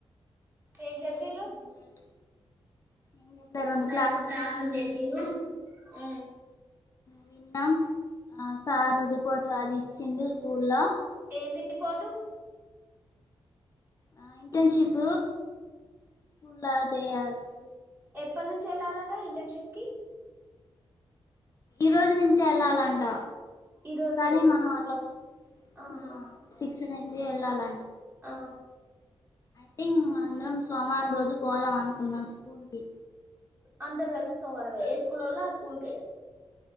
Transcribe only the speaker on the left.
లేదు ఏం చేయట్లే ఏం చెప్పలే రెండు
విన్నాం ఆ సారు రిపోర్ట్ రాసిచ్చిండు స్కూల్ ల
ఆ ఇంటర్న్షిప్ స్కూల్లా చేయాల్సిం
ఈ రోజు నుంచే ఎళ్ళాలంట
కానీ మనం అట్ల
ఆ సిక్స్ నుంచి ఎళ్ళాల
ఐథింగ్ అందరం సోమవారం రోజు పోదాం అనుకున్నాం స్కూల్ కి